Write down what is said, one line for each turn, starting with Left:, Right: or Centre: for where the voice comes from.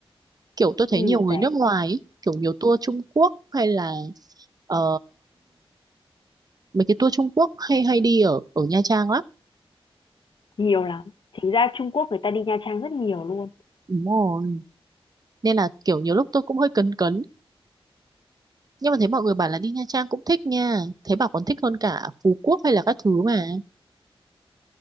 Right: kiểu tôi thấy
Left: Ừm,
Right: nhiều người
Left: đấy,
Right: nước ngoài ấy, kiểu nhiều tour Trung Quốc hay là ờ, mấy cái tour Trung Quốc hay hay đi ở ở Nha Trang lắm
Left: nhiều lắm. Chính ra Trung Quốc người ta đi Nha Trang rất nhiều luôn.
Right: đúng rồi nên là kiểu nhiều lúc tôi cũng hơi cấn cấn nhưng mà thấy mọi người bảo là đi Nha Trang cũng thích nha thấy bảo còn thích hơn cả Phú Quốc hay là các thứ mà